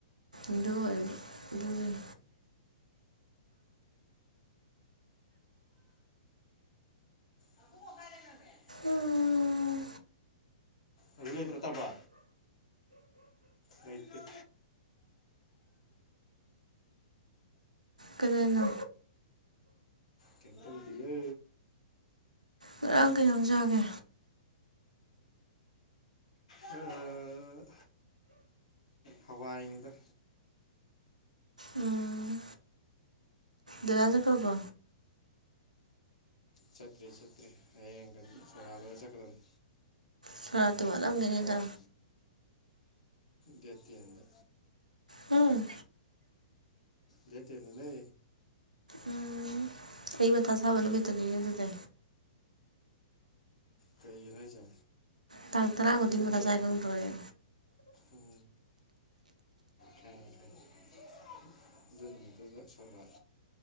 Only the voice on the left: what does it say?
ꯑꯕꯨꯡꯉꯣ ꯀꯥꯏ ꯂꯩꯈ꯭ꯔꯒꯦ
ꯍꯧꯔꯤ ꯂꯩꯇꯔ꯭ꯇꯥꯥꯄꯥ ꯂꯩꯇꯦ <unintelligible>
ꯀꯦꯝ ꯇꯧꯗꯤꯌꯦ
ꯑ ꯍꯋꯥꯏꯅꯤꯗ
ꯆꯠꯇ꯭ꯔꯤ ꯆꯠꯇ꯭ꯔꯤ ꯍꯌꯦꯡ ꯀꯟ ꯁꯣꯔꯥꯠ ꯂꯣꯏꯔ ꯆꯠꯀꯗꯝꯅꯤ
ꯁꯣꯔꯥꯠ ꯗꯦꯠ ꯇꯦꯟ ꯗ
ꯗꯦꯠ ꯇꯦꯟ ꯗ ꯅꯦ
ꯀꯩꯒꯤꯟ ꯍꯥꯏꯖꯦ
ꯍꯣꯏꯞ
ꯀꯤꯔ
ꯎꯝ ꯊ <unintelligible> ꯑꯗꯨꯅꯃꯤꯠꯇꯨꯗ ꯁꯣꯔꯥꯠ